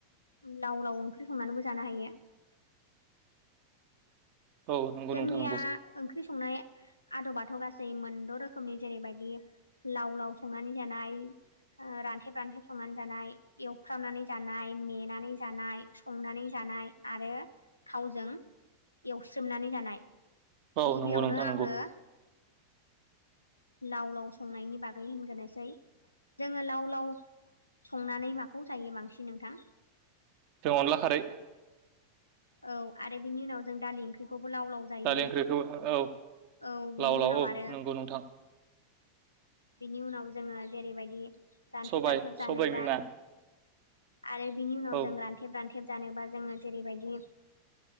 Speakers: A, on the left; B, on the right.
A: लाव लाव ओंख्रि संनानैबो जानो हायो।
B: औ नंगौ
A: जोंनिया
B: नोंथां नंगौ
A: ओंख्रि संनाय आदब बाथौ गासै मोनद' रोखोमनि जेरैबायदि लाव लाव संनानै जानाय ओ रान्थेब रान्थेब संनानै जानाय एवफ्रामनानै जानाय मेनानै जानाय संनानै जानाय आरो थावजों एवस्रोमनानै जानाय
B: औ
A: गिबियावनो
B: नंगौ नोंथां नंगौ
A: आंङो लाव लाव संनायनि बागै होनग्रोनोसै जोंङो लाव लाव संनानै माखौ जायो बांसिन नोंथां
B: जों अनला खारै
A: औ आरो बिनि उनाव जों दालि ओंख्रिखौबो लाव लाव दायो
B: दालि ओंख्रिखौ औ
A: औ बिनि
B: लाव लाव
A: उनाव
B: औ
A: आरो
B: नंगौ नोंथां
A: बिनि उनाव जोंङो जेरैबायदि दानथेब
B: सबाय
A: दानथेब जानोब्ला
B: सबाय बिमा
A: आरो बिनि उनाव
B: औ
A: जों रानथेब रानथेब जानोबा जोंङो जेरैबायदि